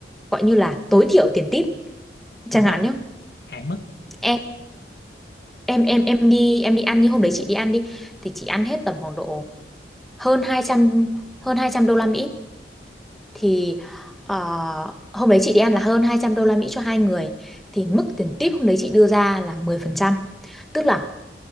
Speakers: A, in the centre; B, on the left.
A: gọi như là tối thiểu tiền tip chẳng
B: đúng
A: hạn
B: rồi
A: nhé
B: hạn mức
A: em em em em đi em đi ăn như hôm đấy chị đi ăn đi thì chị ăn hết tầm khoảng độ hơn 200 hơn hai trăm đô la Mỹ thì ờ, hôm đấy chị đi ăn là hơn 200 đô la Mỹ cho hai người thì mức tiền tip hôm đấy chị đưa ra là mười phần trăm tức là